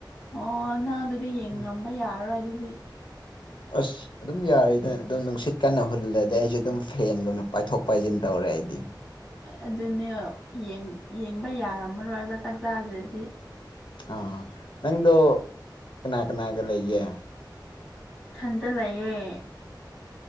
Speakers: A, in the centre; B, on the left.
A: ꯑꯣ ꯅꯪ ꯑꯗꯨꯗꯤ ꯌꯦꯡꯉꯝꯕ
B: ꯎꯝ
A: ꯌꯥꯔꯔꯣꯏ ꯑꯗꯨꯗꯤ
B: ꯑꯁ ꯑꯗꯨꯝ ꯌꯥꯔꯤꯗ ꯑꯗꯨꯝ ꯅꯨꯡꯁꯤꯠ ꯀꯟꯅ ꯍꯨꯜꯂꯗꯤ ꯑꯩꯁꯨ ꯑꯗꯨꯝ ꯐꯦꯟꯒꯨꯝꯅ ꯄꯥꯏꯊꯣꯛ ꯄꯥꯏꯁꯤꯟ ꯇꯧꯔꯦ ꯑꯩꯗꯤ
A: ꯑꯗꯨꯅꯦ ꯌꯦꯡ ꯌꯦꯡꯕ ꯌꯥꯔꯝꯃꯔꯣꯏꯕ ꯆꯥꯛ ꯆꯥꯗ꯭ꯔꯗꯤ
B: ꯑ ꯅꯪꯗꯣ ꯀꯅꯥ ꯀꯅꯥꯒ ꯂꯩꯒꯦ
A: ꯊꯟꯗ ꯂꯩꯌꯦ